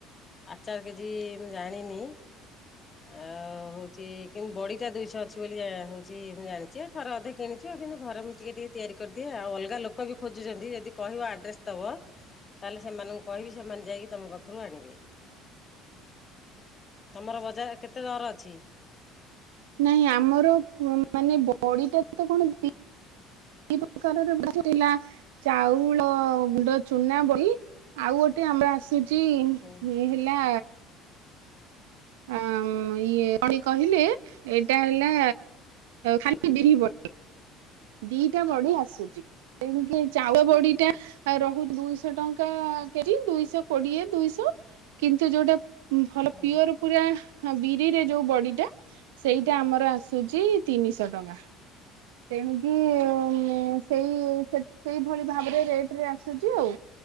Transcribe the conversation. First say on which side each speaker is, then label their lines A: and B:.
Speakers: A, on the left (about 30°); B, on the right (about 80°).
A: ଆଚାର କେଜି ମୁଁ ଜାଣିନି। ଆଉ ହଉଛି କିନ୍ତୁ ବଡିଟା ଦୁଇଶହ ଅଛି ବୋଲି ହଉଛି ମୁଁ ଜାଣିଛି ଥରେ ଅଧେ କିଣିଛ ଆଉ କିନ୍ତୁ ଘରେ ମୁଁ ଟିକେ ଟିକେ ତିଆରି କରିଦିଏ ଆଉ ଅଲଗା ଲୋକ ଲୋକ ବି ଖୋଜୁଛନ୍ତି ଯଦି କହିବ ଆଡ୍ରେସ ଦବ? ତାହେଲେ ସେମାନଙ୍କୁ କହିବି ସେମାନେ ଯାଇକି ତମ ପାଖରୁ ଆଣିବେ। ତୁମର ବଜାର କେତେ ଦର ଅଛି?
B: ନାଇଁ ଆମର ମାନେ ବଡିଟା ତ କଣ ଏ ପ୍ରକାରର ଥିଲା <unintelligible> ଚାଉଳ ଗୁଣ୍ଡ ଚୁନା ବଡ଼ି ଆଉ ଗୋଟେ ଆମର ଆସୁ ଛି ଇଏ
A: ହୁଁ
B: ହେଲା ଆ ଇଏ କହିଲେ ଏଇଟା ହେଲା ଖାଲି ବିରି ବ ଦିଟା ବଡି ଆସୁଛି ତଣୁ କି ଚାଉଳ ବଡିଟା
A: ହୁଁ ହୁଁ
B: ଆ ରହୁଛି ଦୁଇଶହ ଟଙ୍କା କେ ଜି ଦୁଇଶହ କୋଡିଏ ଦୁଇଶହ କିନ୍ତୁ ଯୋଉଟା ଭଲ
A: ହୁଁ
B: ପିଓର ପୁରା ବିରିରେ ଯୋଉ ବଡି ଟା ସେଇଟା ଆମର ଆସୁଛି ତିନିଶହ ଟଙ୍କା। ତେଣୁ କି?
A: ଓହୋ
B: ସେଇ ସେଇଭଳି ଭାବରେ ରେଟ ରେ ଆସୁଛି ଆଉ